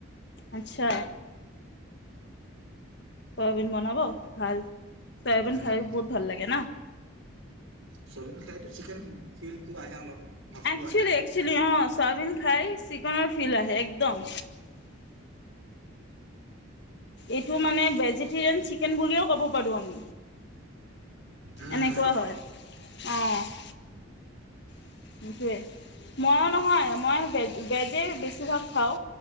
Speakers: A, on the left; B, on the right.
A: আচ্ছা। চয়াবিন বনাব ভাল চয়াবিন
B: উম
A: খাই বহুত ভাল লাগে ন।
B: চয়াবিন খাইতো চিকেন ফিলটো আহে অলপ ভাৱটো
A: একচেলি
B: আহে
A: একচেলি অৱ চয়াবিন খাই চিকনৰ ফিল আহে একদম। এইটো মানে ভেজিটেৰিয়ান চিকেন বুলিও ক'ব পাৰো আমি।
B: উম
A: এনেকুৱা
B: সেইটো
A: হয়, অৱ। <unintelligible> মই নহয় মই ভেজেই বেছিভাগ খাওঁ।